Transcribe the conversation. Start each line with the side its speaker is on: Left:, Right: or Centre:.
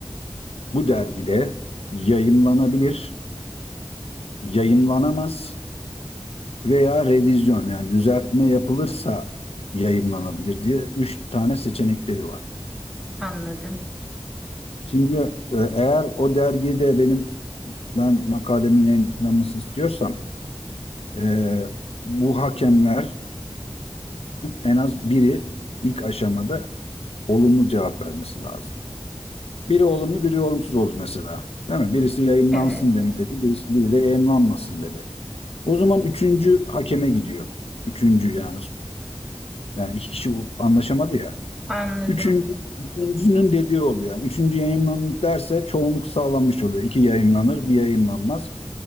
Left: bu dergide yayımlanabilir, yayımlanamaz veya revizyon yani düzeltme yapılırsa yayımlanabilir diye üç tane seçenekleri var.
Centre: Anladım.
Left: Şimdi e, eğer o dergide benim ben makalemin yayınlanmasını istiyorsam e, bu hakemlerden en az biri ilk aşamada olumlu cevap vermesi lazım. Biri olumlu, biri olumsuz oldu mesela. Değil mi? Birisi yayımlansın
Centre: Evet.
Left: dem- dedi, birisi biri de yayımlanmasın dedi. O zaman üçüncü hakeme gidiyor. Üçüncü yani yani iki kişi anlaşamadı ya.
Centre: Anladım,
Left: Üçüncü, üçüncünün dediği oluyor. Yani üçüncü yayınlanır derse çoğunluk sağlanmış oluyor. İki yayınlanır, bir yayınlanmaz.